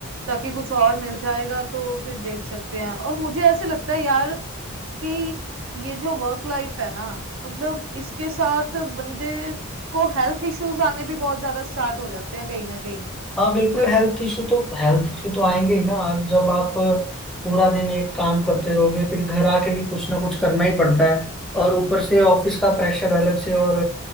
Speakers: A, on the right; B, in the centre.
A: ताकि कुछ और मिल जाएगा तो फिर देख सकते हैं और मुझे ऐसे लगता है यार कि ये जो वर्क लाइफ है ना मतलब इसके साथ बंदे को हेल्थ इश्यूज आने भी बहुत ज्यादा स्टार्ट हो जाते हैं कहीं ना कहीं
B: हाँ बिल्कुल
A: मतलब
B: हेल्थ इशू तो हेल्थ इशू तो आएंगे ही ना आप- जब आप पूरा दिन एक काम करते रहोगे फिर घर आके भी कुछ ना कुछ करना ही पड़ता है और ऊपर से ऑफिस का प्रेशर अलग से और